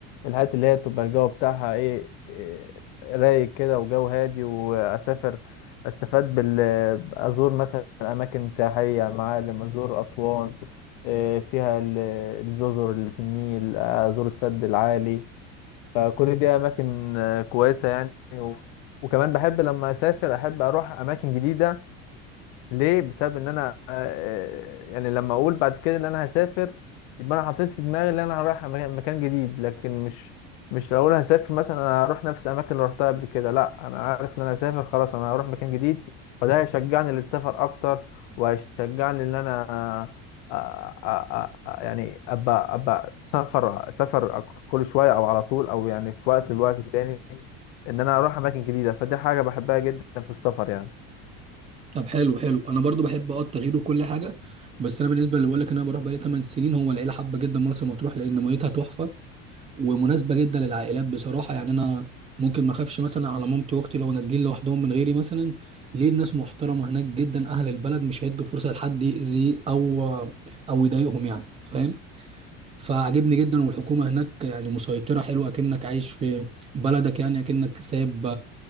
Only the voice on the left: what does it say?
الحاجات اللي هي تبقى الجو بتاعها ايه آه، رايق كده وجو هادي واسافر استفاد بال ازور مثلا اماكن سياحيه معالم ازور اسوان آه، فيها ال- الجزر اللي في النيل آه، ازور السد العالي فكل دي اماكن آه، كويسه يعني و... وكمان بحب لما اسافر احب اروح اماكن جديده ليه بسبب ان انا آه، آه، يعني لما اقول بعد كده ان انا هسافر يبقى انا حطيت في دماغي ان انا رايح مكان مكان جديد لكن مش مش لو اقول هسافر مثلا انا هروح نفس الاماكن اللي رحتها قبل كده لا انا عارف ان انا هسافر خلاص انا هروح مكان جديد فده هيشجعني للسفر اكتر وهيشجعني ان انا آه، آه، آه، آه، يعني ابقى ابقى سفر سفر كل شويه او على طول او يعني في وقت الوقت التاني ان انا اروح اماكن جديده فدي حاجه بحبها جدا في السفر يعني